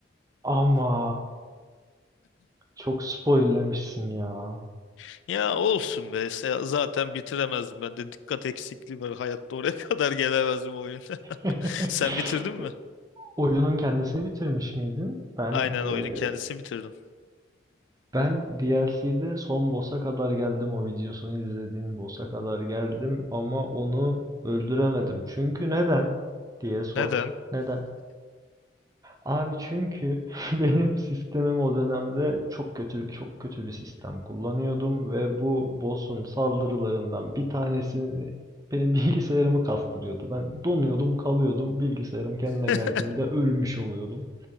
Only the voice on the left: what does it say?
<laughs> Ya olsun be. se- Zaten bitiremezdim ben de. Dikkat eksikliği var. Hayatta oraya <laughs> kadar gelemezdim o oyunda.
<laughs> Sen bitirdin mi?
Aynen
oyunun kendisini bitirdim.
Neden?
<laughs>